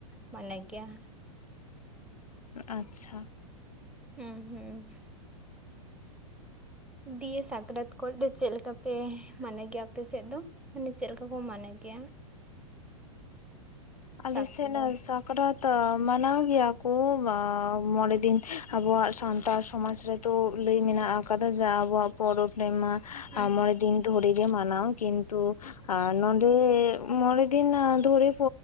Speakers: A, in the centre; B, on the left.
A: ᱢᱟᱱᱟᱣ ᱜᱮᱭᱟ
B: ᱟᱪᱪᱷᱟ
A: ᱦᱩᱸ ᱦᱩᱸ ᱤᱭᱟᱹ ᱥᱟᱠᱨᱟᱛ ᱠᱚᱨᱮ ᱫᱚ ᱪᱮᱫ ᱞᱮᱠᱟ ᱯᱮ ᱢᱟᱱᱟᱣ ᱜᱮᱭᱟ ᱟᱯᱮ ᱥᱮᱫ ᱫᱚ ᱢᱟᱱᱮ ᱪᱮᱫ ᱞᱮᱠᱟ ᱠᱚ ᱢᱚᱱᱮ ᱜᱮᱭᱟ
B: ᱟᱞᱮ
A: ᱥᱟᱠᱨᱟᱛ
B: ᱥᱮᱱᱟᱜ ᱥᱟᱠᱨᱟᱛ ᱢᱟᱱᱟᱣ ᱜᱮᱭᱟ ᱠᱚ ᱢᱚᱲᱮ ᱫᱤᱱ ᱟᱵᱩᱣᱟᱜ ᱥᱟᱱᱛᱟᱲ ᱥᱚᱢᱟᱡᱽ ᱨᱮ ᱛᱚ ᱞᱟᱹᱭ ᱢᱮᱱᱟᱜ ᱟᱠᱟᱫᱟ ᱡᱮ ᱟᱵᱚᱣᱟᱜ ᱯᱚᱨᱚᱵᱽ ᱨᱮᱢᱟ
A: ᱦᱩᱸ
B: ᱢᱚᱬᱮ ᱫᱤᱱ ᱫᱷᱚᱨᱮ ᱜᱮ ᱢᱟᱱᱟᱣ ᱠᱤᱱᱛᱩ ᱟᱨ ᱱᱚᱰᱮ ᱢᱚᱸᱲᱮ ᱫᱤᱱ ᱫᱷᱚᱨᱮ